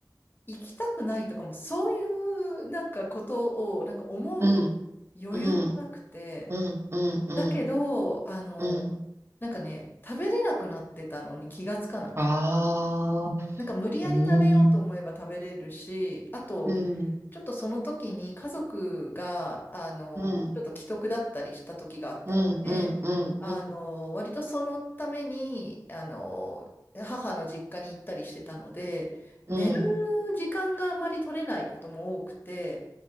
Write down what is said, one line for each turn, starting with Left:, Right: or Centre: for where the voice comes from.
Left: 行きたくないとかも、そういうなんかことを、なんか思う
Right: うん。
Left: 余裕もなくて、
Right: うん。うん。うん。うん。
Left: だけど、あの、
Right: うん。
Left: なんかね、食べれなくなってたのに気がつかなくて、
Right: ああ。
Left: なんか無理やり食べようと思えば食べれるし、
Right: うん。
Left: あと、
Right: うん。
Left: ちょっとその時に家族が、あの、
Right: うん。
Left: ちょっと危篤だったりした時があったので、
Right: うん。うん。うん。
Left: あの、割とそのために、あの、母の実家に行ったりしてたので、
Right: うん。
Left: 寝る時間があまり取れないことも多くて、